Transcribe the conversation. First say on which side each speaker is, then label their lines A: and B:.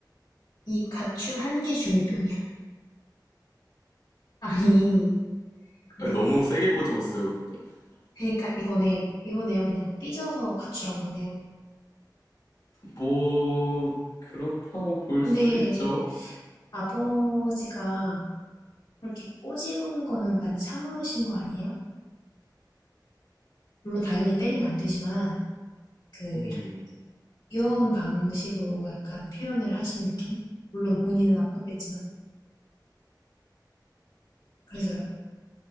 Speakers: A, on the left; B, on the left.
A: 이 가출 한 개 중에 병이야. 아니, 근데
B: 아니, 너무 세게 꼬집었어요.
A: 그러니까 이거네. 이거네요. 그냥 삐져서 가출한 거네요.
B: 뭐, 그렇다고 볼
A: 근데
B: 수 있죠.
A: 아버지가 그렇게 꼬집은 거는 많이 참으신 거 아니에요? 물론 당연히 때리면 안 되지만 그
B: 음,
A: 이렇게 귀여운 방식으로 약간 표현을 하신 느낌? 물론 본인은 아팠겠지만. 그래서요.